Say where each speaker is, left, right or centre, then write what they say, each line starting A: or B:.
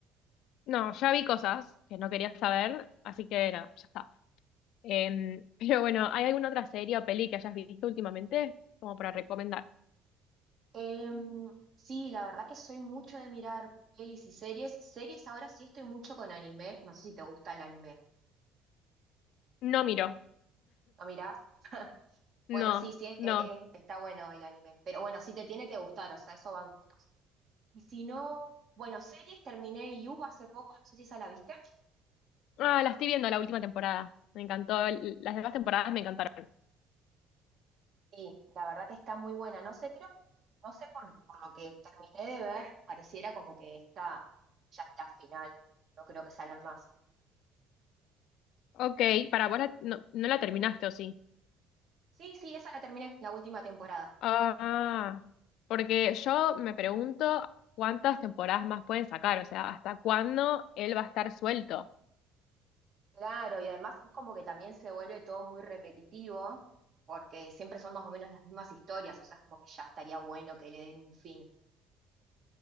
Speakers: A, on the left; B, on the right.
A: No, ya vi cosas que no quería saber, así que no, ya está. Em, <laughs> pero bueno, ¿hay alguna otra serie o peli que hayas visto últimamente como para recomendar?
B: Em, sí, la verdad que soy mucho de mirar pelis y series. Series ahora sí estoy mucho con anime, no sé si te gusta el anime.
A: No miro,
B: ¿Lo mirás? <laughs>
A: no,
B: Bueno, sí, sí, es-
A: no.
B: es- está bueno el anime, pero bueno, sí te tiene que gustar, o sea, eso van gustos. Y si no, bueno, series terminé You hace poco, no sé si esa la viste,
A: Ah, la estoy viendo la última temporada. Me encantó. l- Las demás temporadas me encantaron.
B: sí la verdad que está muy buena, no sé, creo, no sé por, por lo que terminé de ver, pareciera como que esta ya es la final, no creo que salgan más.
A: Ok, para vos la- no, no la terminaste, ¿o sí?
B: Sí, sí, esa la terminé, la última temporada.
A: Ah, porque yo me pregunto cuántas temporadas más pueden sacar, o sea, ¿hasta cuándo él va a estar suelto?
B: Claro, y además es como que también se vuelve todo muy repetitivo, porque siempre son más o menos las mismas historias, o sea, es como que ya estaría bueno que le den un fin.